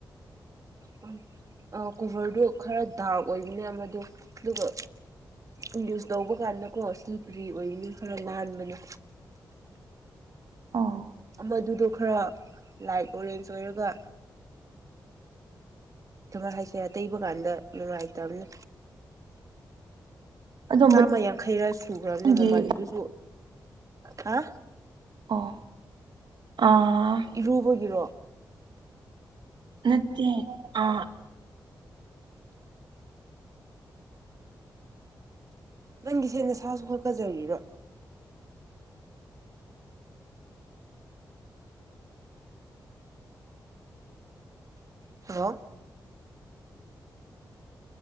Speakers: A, on the right; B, on the right.
A: ꯑꯥ ꯑꯧ ꯀꯣꯚꯔꯗꯨ ꯈꯔ ꯗꯥꯔꯛ ꯑꯣꯏꯒꯅꯦ ꯃꯗꯣ ꯑꯗꯨꯒ ꯏꯟꯗ꯭ꯌꯨꯁ ꯇꯧꯕ ꯀꯥꯟꯗꯀꯣ ꯁꯤꯜꯄ꯭ꯔꯤ ꯑꯣꯏꯅꯤ ꯈꯔ ꯂꯥꯟꯕꯅꯦ
B: ꯑꯣ
A: ꯃꯗꯨꯗꯣ ꯈꯔ ꯂꯥꯏꯠ ꯑꯣꯔꯦꯟꯖ ꯑꯣꯏꯔꯒ ꯀꯃꯥꯏ ꯍꯥꯏꯁꯦ ꯇꯩꯕ ꯀꯥꯟꯗ ꯅꯨꯡꯉꯥꯏꯇꯕꯅ
B: ꯑꯗꯣ
A: ꯆꯥꯝꯃ ꯌꯥꯡꯈꯩꯔ ꯁꯨꯈ꯭ꯔꯕꯅꯦ
B: ꯃꯅꯨꯡꯒꯤ
A: ꯃꯃꯜꯗꯨꯁꯨ ꯍꯥ
B: ꯑꯣ ꯑ
A: ꯏꯔꯨꯕꯒꯤꯔꯣ
B: ꯅꯠꯇꯦ ꯑ
A: ꯅꯪꯒꯤꯁꯦ ꯅꯁꯥꯁꯨ ꯍꯣꯠꯀꯖꯔꯤꯔꯣ ꯍꯜꯂꯣ